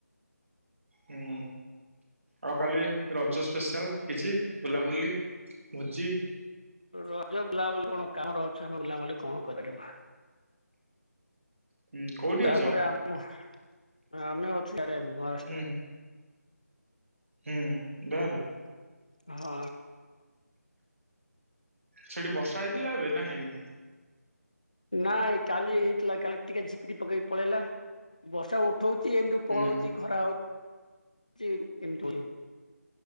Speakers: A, on the right (about 50°); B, on the left (about 25°).
A: ହୁଁ ଆଉ କାଲି ରଜ ସ୍ପେଶାଆଲ କିଛି ବୁଲାବୁଲି ଭୋଜି।
B: ରଜ ବୁଲାବୁଲି କଣ କାମ ର ଅଛ ଆମେ ବୁଲାବୁଲି କଣ କରି ର
A: ହୁଁ କୋଉଠି
B: ତାପରେ
A: ଅଛ?
B: ଆମ ଆମେ ଅଛୁ ସ୍ୟାଡେ ମହାରାଷ୍ଟ୍ରରେ।
A: ହୁଁ ହୁଁ ଗାଁରେ
B: ହଁ।
A: ସେଠି ବର୍ଷା ହେଇଥିଲା ଏବେ ନା ହେଇନି।
B: ନାଇଁ କାଲି ହେଇଥିଲା କାଲି ଟିକେ ଝିପିରିି ପକେଇକି ପଳେଇଲା ବର୍ଷା ଉଠଉଛି ଏମିତି
A: ହୁଁ
B: ପଳଉଛି ଖରା ହଉ ଏମତି <unintelligible>